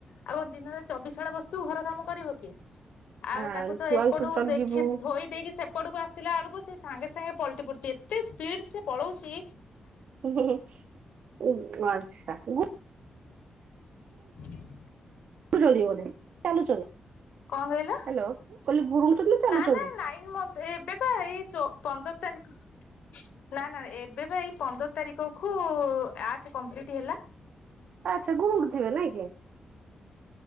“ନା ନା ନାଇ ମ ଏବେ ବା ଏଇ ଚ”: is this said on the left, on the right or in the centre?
Left